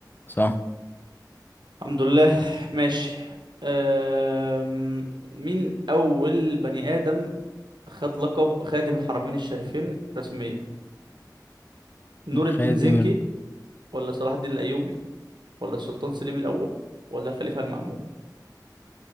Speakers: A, on the left (about 25°); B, on the right (about 85°).
A: صح
B: الحمد لله ماشي أم... مين أول بني آدم خد لقب خادم الحرمين الشريفين رسميا نور الدين
A: خادم
B: زنكي
A: ال...
B: ولا صلاح الدين الأيوبي ولا السلطان سليم الأول ولا الخليفة المأمون